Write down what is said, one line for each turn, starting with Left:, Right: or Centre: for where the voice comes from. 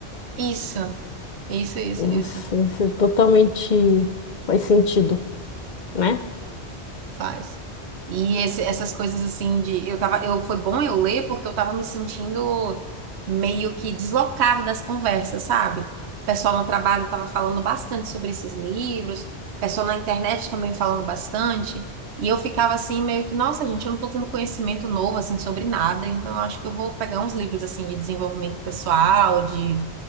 Right: Isso, isso, isso,
Left: Nossa,
Right: isso.
Left: isso é totalmente faz sentido, né?
Right: faz. E esse- essas coisas assim de eu tava, eu foi bom eu ler porque eu tava me sentindo meio que deslocada das conversas, sabe? O pessoal no trabalho tava falando bastante sobre esses livros, o pessoal na internet também falando bastante, e eu ficava assim meio que, nossa, gente, eu não tô tendo conhecimento novo assim sobre nada, então eu acho que eu vou pegar uns livros assim de desenvolvimento pessoal, de